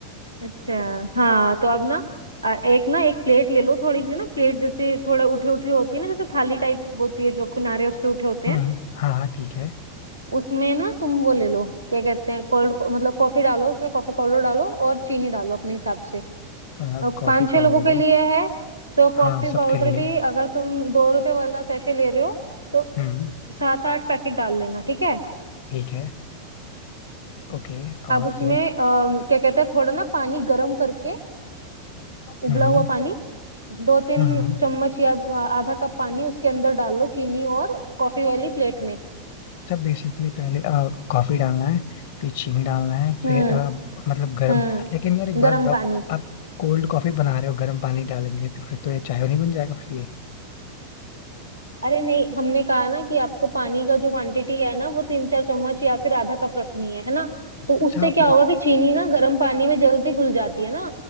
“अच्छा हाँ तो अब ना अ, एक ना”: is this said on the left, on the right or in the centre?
Right